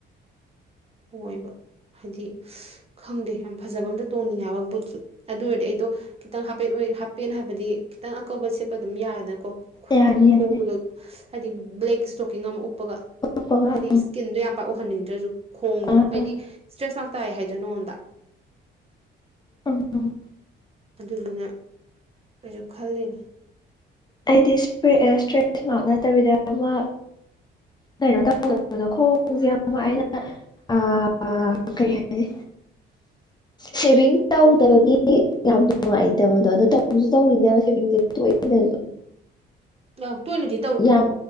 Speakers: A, on the right; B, on the left.
A: ꯑꯣꯏꯕ ꯍꯥꯏꯗꯤ ꯈꯪꯗꯦ ꯌꯥꯝ ꯐꯖꯕ ꯑꯝꯇ ꯇꯣꯡꯅꯤꯡꯉꯦ ꯍꯥꯏꯕ ꯕꯨꯠꯁꯨ ꯑꯗꯨ ꯑꯣꯏꯔꯗꯤ ꯑꯩꯗꯣ ꯈꯤꯇꯪ ꯍꯥꯄꯦꯟ ꯑꯣꯏ ꯍꯥꯞ-ꯄꯦꯟ ꯍꯥꯏꯕꯗꯤ ꯈꯤꯇꯪ ꯑꯀꯧꯕ ꯁꯦꯠꯄ ꯑꯗꯨꯝ ꯌꯥꯏꯔꯦꯗꯅꯀꯣ ꯈꯨꯈꯣꯡ
B: ꯌꯥꯅꯤ ꯌꯥꯅꯤ
A: ꯈꯣꯡꯗꯣꯕꯣꯛ ꯍꯥꯏꯗꯤ ꯕ꯭ꯂꯦꯛ ꯏꯁꯇꯣꯀꯤꯡ ꯑꯃ ꯎꯞꯄꯒ
B: <unintelligible>
A: ꯍꯥꯏꯗꯤ ꯏꯁꯀꯤꯟꯗꯗꯣ ꯌꯥꯝ ꯄꯥꯛ ꯎꯍꯟꯅꯤꯡꯗ꯭ꯔꯁꯨ ꯈꯣꯡꯗꯣ
B: ꯑꯥ
A: ꯍꯥꯏꯗꯤ ꯏꯁꯇ꯭ꯔꯦꯁ ꯃꯛꯇꯥꯏ ꯍꯥꯏꯗ꯭ꯔ ꯅꯪꯉꯣꯟꯗ
B: ꯎꯝ
A: ꯑꯗꯨꯗꯨꯅ ꯑꯩꯁꯨ ꯈꯜꯂꯤꯅꯦ
B: ꯑꯩꯗꯤ ꯏꯁꯄꯦꯑꯦꯁ ꯏꯁꯇ꯭ꯔꯦꯁ ꯃꯥꯔꯛ ꯅꯠꯇꯕꯤꯗ ꯑꯃ ꯀꯩꯅꯣ ꯇꯧꯗꯕꯗꯣ ꯈꯣꯡꯁꯦ ꯌꯥꯝ ꯋꯥꯏꯅ ꯑꯥ ꯀꯔꯤ ꯍꯥꯏꯅꯤ
A: <inaudible>
B: ꯁꯦꯕꯤꯡ ꯇꯧꯗꯕꯒꯤ ꯌꯥꯝ ꯅꯨꯡꯉꯥꯏꯇꯕꯗꯣ ꯑꯗꯣ ꯇꯧꯖꯨ ꯇꯧꯅꯤꯅꯦꯕ ꯁꯦꯕꯤꯡꯖꯦ ꯇꯣꯢꯅꯖꯨ
A: ꯌꯝ ꯇꯣꯏꯅꯤꯗꯤ
B: ꯌꯥꯝ